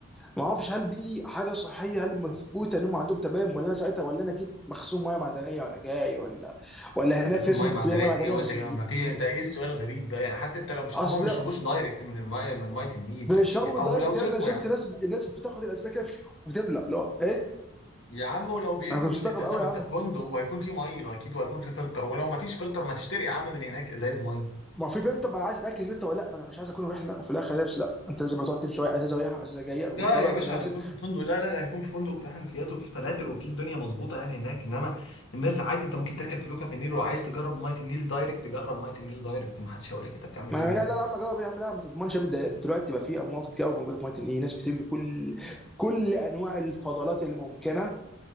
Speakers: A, in the centre; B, on the left.
A: ما اعرفش هل دي حاجه صحيه هل مثبوته ان هم عندهم تمام ولا انا ساعتها ولا انا اجيب مخزون ميه معدنيه وانا جاي ولا ولا هناك
B: يا عم
A: في ناس
B: ميه
A: ممكن
B: معدنيه
A: تبيع ميه معدنيه
B: ايه وانت
A: بس
B: جاي
A: مش
B: ما في
A: مش-
B: انت ايه السؤال الغريب ده يعني حتى انت لو مش
A: اصل
B: هما ما بيشربوش دايركت من الميه من ميه النيل
A: بيشربوا
B: اكيد او
A: دايركت
B: لو شربوا
A: يا ابني انا شفت
B: يا عم
A: ناس الناس بتاخد الازازه كده وتملى لا ايه
B: يا عم ولو بيملوا
A: انا كنت
B: من
A: مستغرب
B: الازازه
A: قوي
B: ما
A: يا
B: انت
A: عم
B: في فندق وهيكون في ميه اكيد وهيكون في فلتر ولو ما فيش فلتر ما تشتري يا عم من هناك ازايز ميه
A: ما هو في فلتر ما انا عايز اتاكد فلتر ولا لا ما انا مش عايز اكون رحله وفي الاخر نفسي لا انت لازم تقعد تمشي شويه ازازه رايحه ازازه جايه وطالع
B: لا يا باشا
A: ونازل
B: هيكون في الفندق لا لا لا هيكون في فندق في حنفيات وفي فلاتر وفي الدنيا مظبوطه يعني هناك انما الناس عادي انت ممكن تركب فلوكه في النيل وعايز تجرب ميه النيل دايركت تجرب ميه النيل دايركت ما حدش هيقول لك انت بتعمل
A: ما
B: ايه يعني
A: لا لا لا يا عم جاوب يا عم لا ما تضمنش يا ابني ده دلوقتي بقى في امراض كتير قوي موجوده في ميه النيل ناس بترمي كل كل انواع الفضلات الممكنه